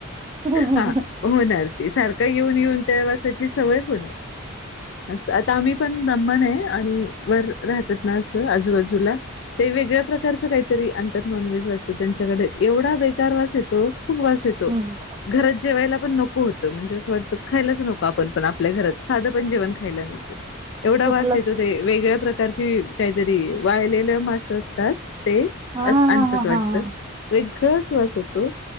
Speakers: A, on the right; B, on the left.
A: हम्म
B: हा होणार, ती सारखा येऊन येऊन, त्या वासाची सवय ह <unintelligible> असं आता आम्ही पण दमानं आहे आणि वर राहतात ना असं आजूबाजूला ते वेगळ्या प्रकारचं काहीतरी नॉनव्हेज वाटतं त्यांच्याकडे एवढा बेकार वास येतो खूप वास येतो
A: हम्म
B: घरात जेवायला पण नको होतं म्हणजे असं वाटतं खायलाच नको आपण आपल आपल्या घरात साधं पण जेवण खायला नको एवढा
A: कुठलं
B: वास येतो ते वेगळ्या प्रकारची काहीतरी वाळलेल्या मासे असतात ते
A: हा
B: आणतात
A: हा हा
B: वाटत
A: हा हा
B: वे किळस वास येतो